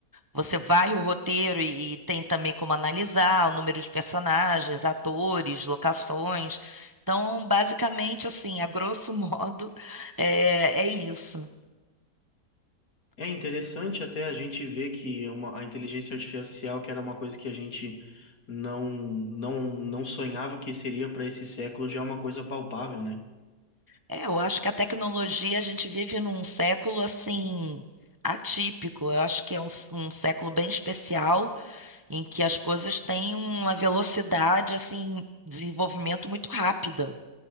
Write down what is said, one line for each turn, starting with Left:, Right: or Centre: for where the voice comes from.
Right: Você varre o roteiro e, e tem também como analisar o número de personagens, atores, locações. Então, basicamente, assim, a grosso <laughs> modo, é, é isso.
Left: É interessante até a gente ver que é uma, a inteligência artificial, que era uma coisa que a gente não não não sonhava que seria para esse século, já é uma coisa palpável, né?
Right: É, eu acho que a tecnologia, a gente vive num século, assim, atípico. Eu acho que é um, s- um século bem especial, em que as coisas têm uma velocidade, assim, desenvolvimento muito rápida.